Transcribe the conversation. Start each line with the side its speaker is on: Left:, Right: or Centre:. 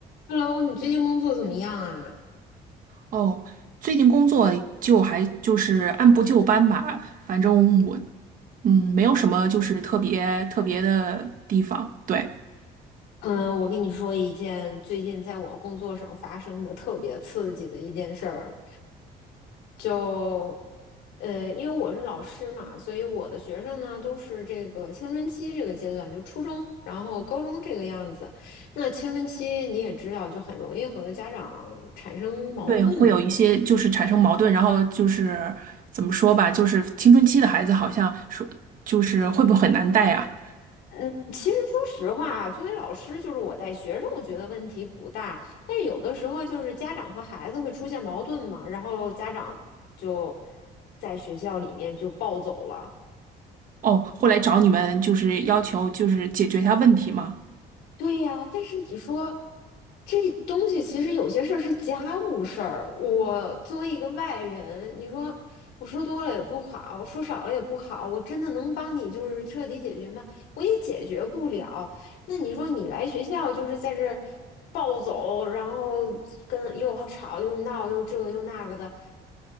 Left: Hello，你最近工作怎么样啊？
Right: 哦，最近工作就还就是按部就班吧，反正我嗯没有什么就是特别特别的地方，对
Left: 嗯，我跟你说一件最近在我工作上发生的特别刺激的一件事儿，就呃，因为我是老师嘛，所以我的学生呢都是这个青春期这个阶段，就初中，然后高中这个样子。那青春期你也知道，就很容易和家长产生矛盾嘛。
Right: 对，会有一些就是产生矛盾，然后就是怎么说吧，就是青春期的孩子好像说就是会不会很难带啊？
Left: 嗯，其实说实话，作为老师，就是我带学生，我觉得问题不大。但是有的时候，就是家长和孩子会出现矛盾嘛，然后家长就在学校里面就暴走了，
Right: 哦，会来找你们就是要求就是解决一下问题吗？
Left: 对呀，但是你说这东西其实有些事儿是家务事儿，我作为一个外人，你说我说多了也不好，说少了也不好，我真的能帮你就是彻底解决吗？我也解决不了。那你说你来学校就是在这儿暴走，然后跟又吵又闹又这又那个的，